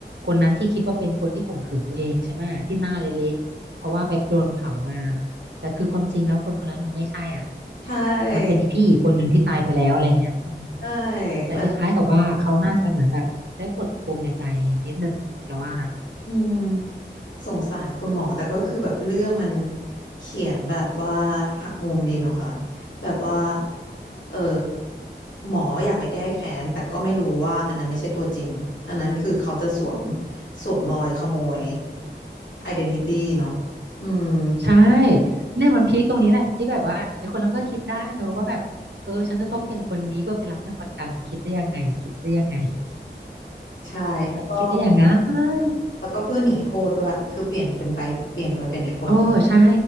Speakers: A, on the right; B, on the left.
A: คนนั้นที่คิดว่าเป็นคนที่ข่มขืนตัวเองใช่ไหมที่หน้าเละๆเพราะว่าไปโดนเผามาแต่คือความจริงแล้วคนคนนั้นมันไม่ใช่อ่ะ
B: ใช่
A: มันเป็นอีพี่อีกคนหนึ่งที่ตายไปแล้วอะไรเงี้ยอืม
B: ใช่
A: แต่คล้ายๆกับว่าเขาน่าจะเหมือนแบบได้ปลดปมในใจนิดนึงเราว่านะ
B: แล้วอืมสงสารคุณหมอแต่ก็คือแบบเรื่องมันเขียนแบบว่าหักมุมดีเนาะค่ะแบบว่าเออหมออยากไปแก้แค้นแต่ก็ไม่รู้ว่าอันนั้นไม่ใช่ตัวจริงอันนั้นคือเขาจะสวมสวมรอยขโมย identity เดนติตี้เนาะอืม
A: ใช่เนี่ยมันพีคตรงนี้แหละที่แบบว่าไอ้คนนั้นมันก็คิดได้เนอะว่าแบบเออฉันจะต้องเป็นคนนี้เพื่อไปรับเงินประกันคิดได้ยังไงคิดได้ยังไง
B: ใช่แล้วก็
A: คิดได้ยังไง
B: แล้วก็เพื่อหนีโทษด้วยคือเปลี่ยนเป็นไปเปลี่ยนไปเป็นอีกคนนึง
A: โอ้ใช่